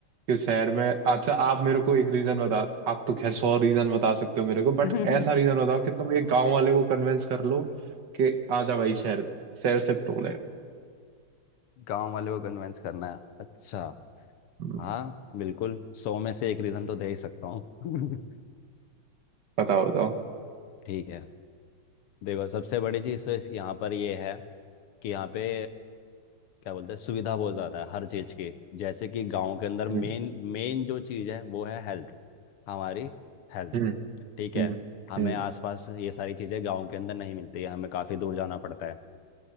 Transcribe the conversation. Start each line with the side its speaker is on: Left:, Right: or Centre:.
Right: कि शहर में अच्छा आप मेरे को एक रीजन बता आप तो खैर सौ रीजन बता सकते हो मेरे को बट
Left: <laughs>
Right: ऐसा रीजन बताओ कि तुम एक गांव वाले को कन्विंस कर लो कि आ जा भाई शहर शहर शिफ्ट हो ले
Left: गांव वाले को कन्विंस करना है अच्छा
Right: हम्म,
Left: हाँ बिल्कुल सौ में से एक रीज़न तो दे ही सकता हूँ
Right: बताओ बताओ
Left: <laughs> ठीक है देखो सबसे बड़ी चीज़ तो इस यहाँ पर ये है कि यहाँ पे क्या बोलते हैं सुविधा बहुत ज़्यादा है हर चीज़ की जैसे कि गांव के अंदर मेन
Right: हम्म
Left: मेन जो चीज़ है वो है हेल्थ हमारी हेल्थ
Right: हम्म
Left: ठीक
Right: हम्म
Left: है हमें
Right: हम्म
Left: आसपास ये सारी चीज़ें गांव के अंदर नहीं मिलती है हमें काफ़ी दूर जाना पड़ता है